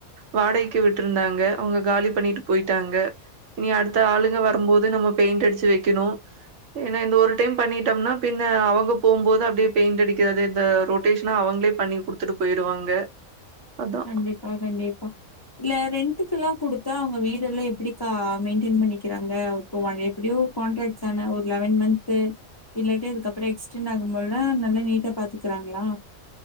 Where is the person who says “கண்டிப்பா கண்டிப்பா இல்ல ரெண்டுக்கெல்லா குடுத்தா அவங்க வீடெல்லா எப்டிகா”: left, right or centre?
Left